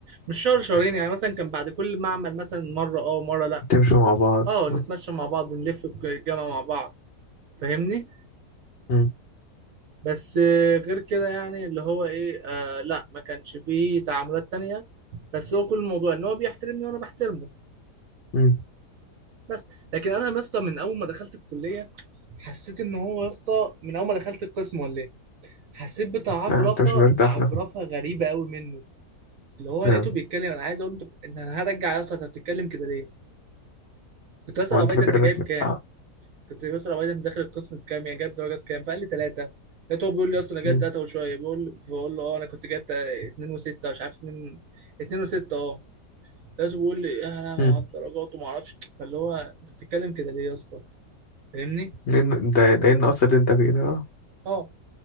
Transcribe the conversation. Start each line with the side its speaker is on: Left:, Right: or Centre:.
Right: مش شهر شهرين يعني مثلا كان بعد كل معمل مثلا مره اه ومره لا
Left: تمشوا مع بعض
Right: اه نتمشى
Left: آه.
Right: مع بعض نلف الجامعه مع بعض فاهمني
Left: مم.
Right: بس آه، غير كده يعني اللي هو ايه آه لا ما كانش فيه تعاملات تانية بس هو كل الموضوع ان هو بيحترمني وانا بحترمه
Left: مم.
Right: بس لكن انا يا اسطى من اول ما دخلت الكليه حسيت ان هو يا اسطى من اول ما دخلت القسم ولا حسيت بعجرفه
Left: آه. انت مش مرتاح
Right: بعجرفه
Left: له
Right: غريبه قوي منه اللي هو
Left: آه.
Right: لقيته بيتكلم انا عايز اقول له انت انت انا هرجع اصلا انت بتتكلم كده ليه كنت بسال
Left: هو
Right: ابو
Left: انت فاكر
Right: ده انت جايب
Left: نفسك
Right: كام
Left: آه.
Right: كنت بسال ابو ده انت داخل القسم بكام يعني جايب درجات كام فقال لي ثلاثه لقيته هو بيقول لي اصلا انا جايب
Left: مم.
Right: ثلاثه وشويه بيقول فبقول له اه انا كنت جايب تا- اتنين وسته مش عارف اتنين اتنين وسته اه لقيته بيقول لي يا لهوي
Left: مم.
Right: على الدرجات وما اعرفش فاللي هو انت بتتكلم كده ليه يا اسطى فاهمني
Left: لأن ده ده إيه النقص اللي أنت فيه ده أه
Right: اه